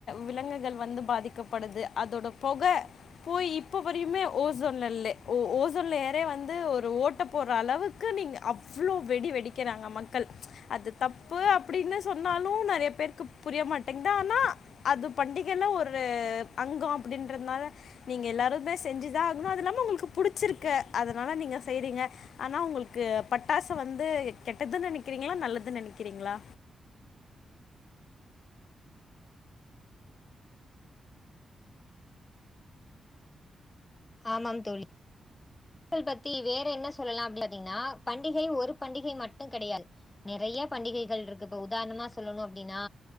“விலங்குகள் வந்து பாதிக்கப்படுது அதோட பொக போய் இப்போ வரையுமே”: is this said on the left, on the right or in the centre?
Left